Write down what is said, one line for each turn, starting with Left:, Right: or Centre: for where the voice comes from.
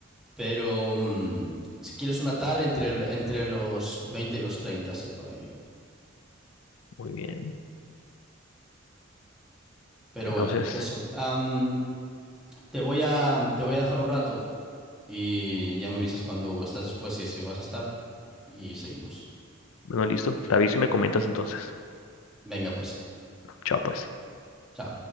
Centre: pero mm, si quieres una tal entre, el- entre los 20 y los 30 sí, por ahí.
Left: Muy bien.
Centre: Pero
Left: Entonces,
Centre: bueno, eso. Am, te voy a, te voy a dejar un rato y ya me avisas cuando estás después y si vas a estar y seguimos.
Left: bueno, listo. Te aviso y me comentas entonces.
Centre: Venga, pues.
Left: Chao, pues.
Centre: chao